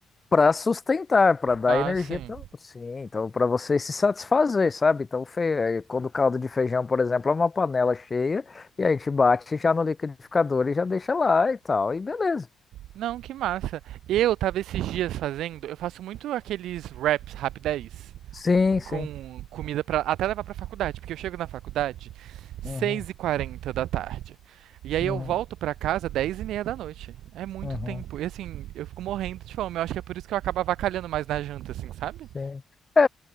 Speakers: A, on the left (about 25°); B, on the right (about 85°).
A: Para sustentar, para dar
B: Ah,
A: energia,
B: sim.
A: tam- sim, então para você se satisfazer, sabe? Então, fe... eh, quando o caldo de feijão, por exemplo, é uma panela cheia e a gente bate já no liquidificador e já deixa lá e tal, e beleza.
B: Não, que massa. Eu tava esses dias fazendo, eu faço muito aqueles wraps rapidez.
A: Sim, sim.
B: com comida para até levar pra faculdade, porque eu chego na faculdade seis
A: Uhum,
B: e quarenta da tarde. E aí
A: uhum,
B: eu volto pra casa dez e meia da noite. É muito
A: uhum.
B: tempo. E assim, eu fico morrendo de fome. Eu acho que é por isso que eu acabo avacalhando mais na janta, assim, sabe?
A: Sim. É,